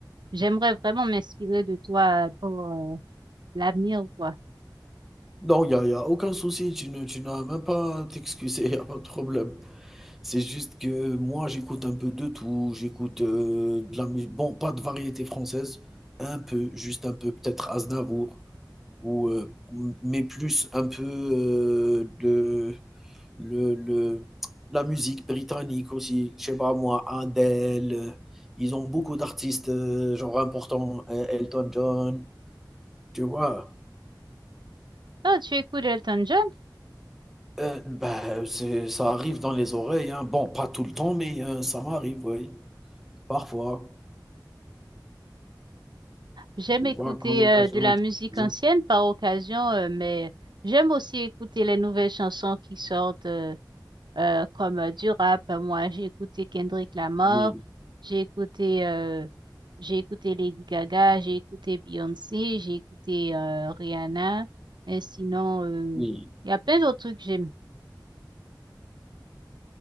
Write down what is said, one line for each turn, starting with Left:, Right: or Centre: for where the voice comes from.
Right: j'aimerais vraiment m'inspirer de toi euh, pour euh, l'avenir, ou quoi.
Centre: Non, il n'y a, y a aucun souci, tu ne, tu n'as même pas à t'excuser, <laughs> il n'y a pas de problème. C'est juste que moi, j'écoute un peu de tout, j'écoute euh, de la musique, bon, pas de variété française, un peu, juste un peu, peut-être Aznavour. ou euh, mais plus un peu euh, de le, le, la musique britannique aussi, je sais pas moi, Adele, ils ont beaucoup d'artistes euh, genre importants, euh, Elton John, tu vois.
Right: Ah, tu écoutes Elton John?
Centre: Euh, bah, c'est, ça arrive dans les oreilles, hein. bon, pas tout le temps, mais euh, ça m'arrive, oui, parfois.
Right: J'aime
Centre: Tu
Right: écouter
Centre: vois, quand l'occasion
Right: euh, de la
Centre: est
Right: musique
Centre: présentée.
Right: ancienne par occasion, euh, mais j'aime aussi écouter les nouvelles chansons qui sortent euh, euh, comme euh, du rap. Moi, j'ai écouté Kendrick Lamar,
Centre: Oui,
Right: j'ai écouté, euh, j'ai écouté Lady Gaga, j'ai écouté Beyoncé, j'ai écouté euh, Rihanna. Et sinon, euh,
Centre: oui.
Right: il y a plein d'autres trucs que j'aime.